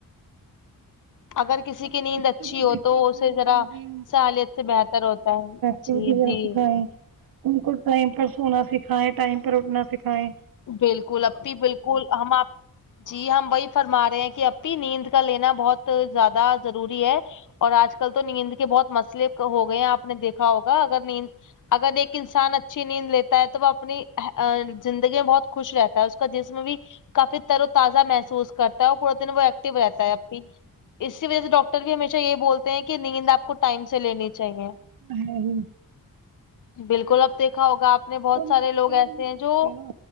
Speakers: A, on the left (about 60°); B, on the right (about 75°).
A: اگر کسی
B: ہم اپنے
A: کی نیند
B: بچوں
A: اچھی
B: کو
A: ہو
B: دیکھیے
A: تو اسے
B: فون
A: ذرا
B: کم دیں
A: سہالت سے بہتر ہوتا ہے
B: سیدھی
A: جی جی
B: راہ سکھائیں ان کو ٹائم پر سونا سکھائے ٹائم پر اٹنا سکھائائے
A: بالکل ایپی بالکل ہم آپ جی ہم وہی فرما رہے ہیں کہ ایپی نیند کا لینا بہت زیادہ ضروری ہے اور آج کل تو نیند کے بہت مسئل ہو گئے ہیں آپ نے دیکھا ہوگا اگر نیند اگر ایک انسان اچھی نیند لیتا ہے تو وہ اپنی میں بہت خوش رہتا ہے اس کا جسم بھی کافی تر و تازہ محسوس کرتا ہے اور پورا دن وہ ایکٹو رہتا ہے ایپی اسی وجہ سے ڈاکٹر بھی ہمیشہ یہ بولتے ہیں کہ نیند آپ کو ٹائم سے لینی چاہیے
B: ہے ہی
A: بالکل اب دیکھا ہوگا آپ نے بہت
B: اب ہم
A: سارے
B: کچھ
A: لوگ
B: کہہ
A: ایسے
B: بھی نہیں سکتے
A: ہیں جو
B: نا